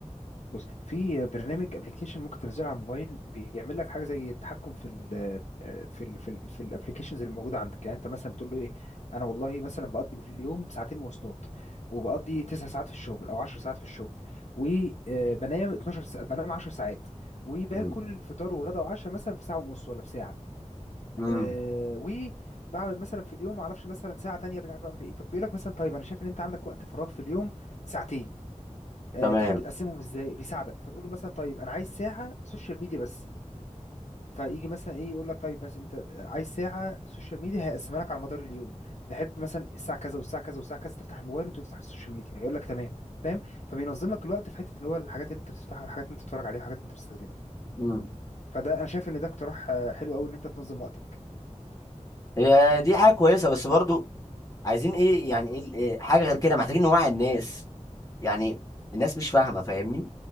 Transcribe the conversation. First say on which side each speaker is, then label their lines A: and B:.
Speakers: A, on the left (about 65°); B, on the left (about 25°).
A: بص في برنامج ابلكيشن ممكن تنزله على الموبايل بيعمل لك حاجه زي التحكم في ال آه، في ال في ال في الابلكيشنز اللي موجوده عندك يعني انت مثلا بتقول له ايه انا والله مثلا بقضي في اليوم ساعتين مواصلات وبقضي تسع ساعات في الشغل او 10 ساعات في الشغل وبنام 12 ساعة بنام 10 ساعات وباكل
B: امم
A: فطار وغدا وعشاء مثلا في ساعه ونص ولا في ساعه
B: امم
A: أه وبعمل مثلا في اليوم ما اعرفش مثلا ساعه تانية مش عارف اعمل ايه فبيقول لك مثلا طيب انا شايف ان انت عندك وقت فراغ في اليوم ساعتين آه،
B: تمام
A: تحب تقسمهم ازاي بيساعدك فتقول له مثلا طيب انا عايز ساعه سوشيال ميديا بس فيجي مثلا ايه يقول لك طيب مثلا انت عايز ساعه سوشيال ميديا هيقسمها لك على مدار اليوم تحب مثلا الساعه كذا والساعه كذا والساعه كذا تفتح الموبايل وتفتح السوشيال ميديا يقول لك تمام فاهم فبينظم لك الوقت في حته اللي هو الحاجات اللي انت بتفتحها والحاجات اللي انت بتتفرج عليها والحاجات اللي انت بتستخدمها
B: امم
A: فده انا شايف ان ده اقتراح آه، حلو قوي ان انت تنظم وقتك
B: هي دي حاجه كويسه بس برضو عايزين ايه يعني ايه إيه- حاجه غير كده محتاجين نوعي الناس يعني الناس مش فاهمه فاهمني